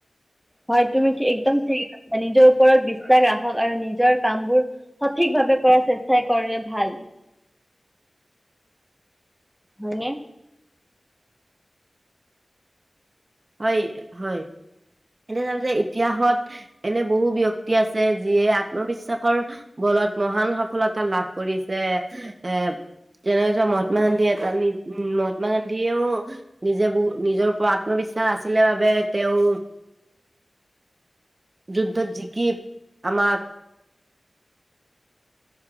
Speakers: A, in the centre; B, on the right.
A: হয় তুমি কি একদম ঠিক কৈছা নিজৰ ওপৰত বিশ্বাস ৰাখা হয় আৰু নিজৰ কামবোৰ সঠিক ভাৱে কৰাৰ চেষ্টাই কৰে ভাল। হয়নে?
B: হয়-হয় এনে তাপি যে ইতিহাসত এনে বহু ব্যক্তি আছে যিয়ে আত্মবিশ্বাসৰ বলত মহান সফলতা লাভ কৰিছে। এ তেনে হৈছে মহাত্মা গান্ধী এটা মহাত্মা গান্ধীয়েও নিজে বহু নিজৰ ওপত আত্মবিশ্বাস। আছিলে বাবে তেওঁ। যুদ্ধত জিকি আমাক